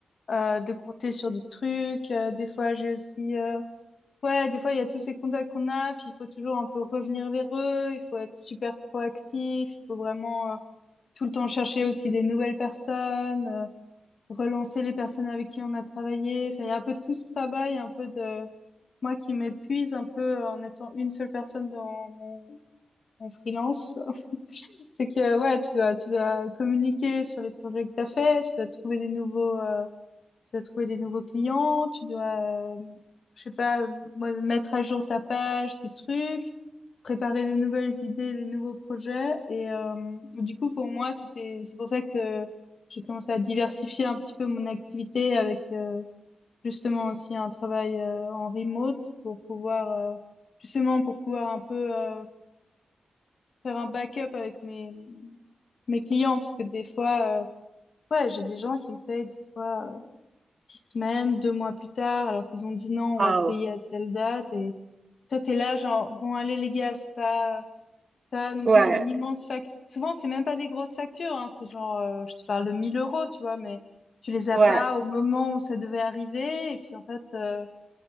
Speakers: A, on the left; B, on the right.
A: euh, de compter sur des trucs. Euh, des fois, j'ai aussi, euh, Ouais, des fois, il y a tous ces contacts qu'on a, puis il faut toujours un peu revenir vers eux, il faut être super proactif, il faut vraiment euh, tout le temps chercher aussi des nouvelles personnes, euh, relancer les personnes avec qui on a travaillé. Enfin, il y a un peu tout ce travail, un peu de moi qui m'épuise un peu euh, en étant une seule personne dans mon, mon freelance. tu vois. <laughs> C'est que ouais, tu dois tu dois communiquer sur les projets que t'as fait, tu dois trouver des nouveaux euh, tu dois trouver des nouveaux clients, tu dois, euh, je sais pas, moi, mettre à jour ta page, tes trucs, préparer des nouvelles idées, des nouveaux projets. Et euh, du coup, pour moi, c'était, c'est pour ça que j'ai commencé à diversifier un petit peu mon activité avec euh, justement aussi un travail euh, en remote pour pouvoir, euh, justement, pour pouvoir un peu euh, faire un backup avec mes, mes clients parce que des fois, euh, ouais, j'ai des gens qui me payent des fois six semaines, deux mois plus tard, alors qu'ils ont dit non, on
B: Ah,
A: va te payer à telle date. Et toi, t'es là, genre, bon, allez, les gars, c'est pas, c'est pas non
B: ouais,
A: plus une immense facture. Souvent, c'est même pas des grosses factures, hein, c'est genre, euh, je te parle de 1000 euros, tu vois, mais tu les as
B: ouais,
A: pas au moment où ça devait arriver. Et puis, en fait, euh,